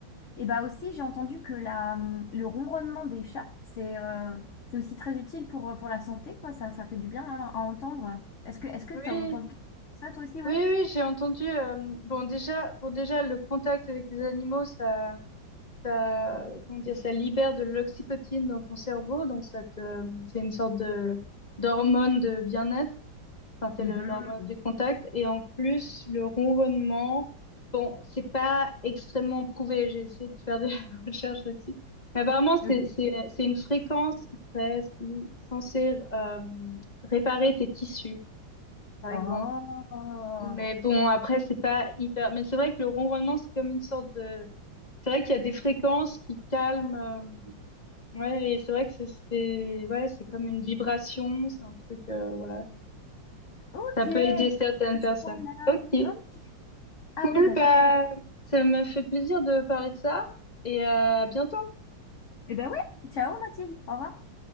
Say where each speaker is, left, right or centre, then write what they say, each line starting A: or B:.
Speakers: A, on the left; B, on the left.
A: et bah aussi j'ai entendu que la le ronronnement des chats c'est euh, c'est aussi très utile pour euh, pour la santé quoi. Ça ça fait du bien hein, à entendre. Est-ce que est-ce que
B: Oui,
A: t'as entendu ça toi aussi ouais?
B: oui, oui, j'ai entendu. euh, bon, déjà, bon, déjà, le contact avec les animaux, ça. ça, comment dire, ça libère de l'oxytocine dans ton cerveau, donc ça te, c'est une sorte de d'hormone de bien-être. Enfin, c'est
A: Mhm.
B: le- l'hormone du contact. Et en plus, le ronronnement, bon, c'est pas extrêmement prouvé. J'ai essayé de faire des <laughs> recherches là-dessus. Mais apparemment, c'est
A: Ok.
B: c'est c'est une fréquence qui serait si, censée euh, réparer tes tissus, par exemple.
A: Oh
B: Mais bon, après, c'est pas hyper. Mais c'est vrai que le ronronnement, c'est comme une sorte de. C'est vrai qu'il y a des fréquences qui calment. euh, Ouais, et c'est vrai que c'est c'est- ouais, c'est comme une vibration, c'est un truc, euh, voilà.
A: ok.
B: Ça peut aider certaines
A: À ce
B: personnes.
A: point-là.
B: Ok.
A: Ok. Ah
B: Cool,
A: oui, d'accord.
B: bah, ça m'a fait plaisir de parler de ça et euh, à bientôt.
A: Eh ben ouais, ciao Mathilde, au revoir.